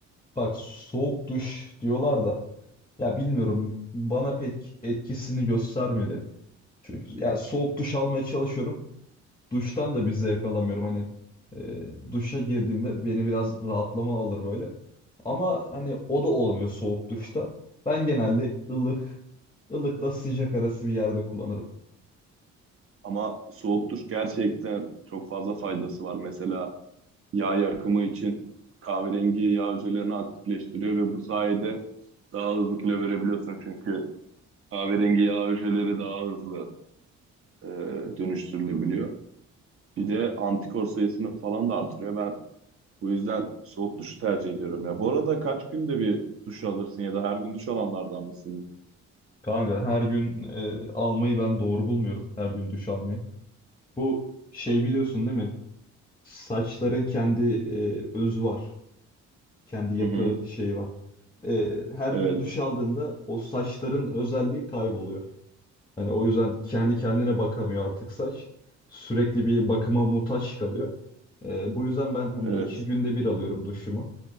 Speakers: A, on the left (about 15°); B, on the right (about 45°).
A: bak soğuk duş diyorlar da ya bilmiyorum bana pek etkisini göstermedi. Çünkü ya soğuk duş almaya çalışıyorum. duştan da bir zevk alamıyorum. Hani e, duşa girdiğimde beni biraz rahatlama alır böyle. Ama hani o da olmuyor soğuk duşta. Ben genelde ılık, ılıkla sıcak arası bir yerde kullanırım.
B: Ama soğuk duş gerçekten çok fazla faydası var. Mesela yağ yakımı için kahverengi yağ hücrelerini aktifleştiriyor ve bu sayede daha hızlı kilo verebiliyorsun çünkü kahverengi yağ hücreleri daha hızlı e, dönüştürülebiliyor. Bir de antikor sayısını falan da artırıyor. Ben bu yüzden soğuk duş tercih ediyorum ya. Bu arada kaç günde bir duş alırsın ya da her gün duş alanlardan mısın?
A: Kanka her gün e, almayı ben doğru bulmuyorum. Her gün duş almayı. Bu şey biliyorsun değil mi? Saçların kendi e, özü var. Kendi yapı
B: Hı hı.
A: şeyi var. E, her
B: Evet,
A: gün duş aldığında o saçların özelliği kayboluyor. Hani o yüzden kendi kendine bakamıyor artık saç. Sürekli bir bakıma muhtaç kalıyor. Ee, bu yüzden ben hani
B: evet.
A: iki günde bir alıyorum duşumu.